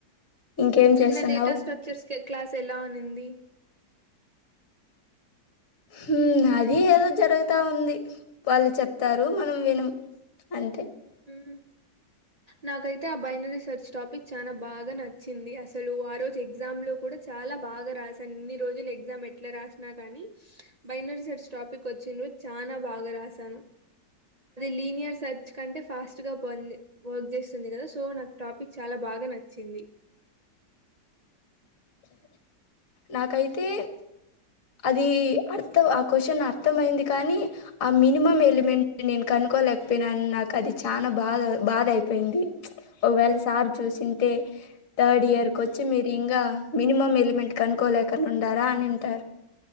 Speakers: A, on the left; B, on the right.
A: ఇంకేం
B: నిన్న
A: చేస్తున్నావు
B: డేటా స్ట్రక్చర్స్ క్లాస్ ఎలావ్ అనింది బ
A: హుమ్... అదీ ఏదో జరుగుతా ఉంది వాళ్ళు చెప్తారు మనం వినం అంతే
B: మ్.... నాకైతే ఆ బైనర రీసెర్చ్ టాపిక్ చానా బాగా నచ్చింది అసలు ఆ రోజు ఎగ్జామ్ లో కూడా చాలా బాగా రాసాను ఇన్ని రోజులు ఎగ్జామ్ ఎట్లా రాసినా కానీ బైనరీ రీసెర్చ్ టాపిక్ వచ్చిన రోజు చాన బాగా రాసాను లీనియర్ సచ్ అంటే ఫాస్ట్ గా వర్క్ చేస్తుంది కదా సో నాకు టాపిక్ చాలా బాగా నచ్చింది
A: నాకైతే అది అర్థం ఆ క్వశ్చన్ అర్థమయింది కానీ ఆ మినిమం ఎలిమెంట్ నేను కనుకోలేకపోయినాను నాకు అది చాలా బాధ బాధ అయిపోయింది ఒకవేళ సార్ చూసింటే థర్డ్
B: మ్మ్.
A: ఇయర్ మీరు ఇంకా మినిమం ఎలిమెంట్ కనుక్కలేకుండా ఉండారా అని అంటారు